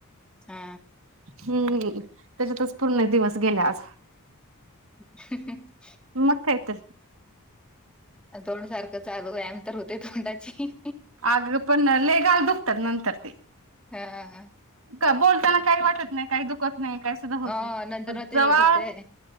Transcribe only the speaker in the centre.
हा
<unintelligible>
तोंडसारखं चालु राहत व्यायाम तर होते तोंडाची.
हा.
हो
नंतर मग ते
दुखते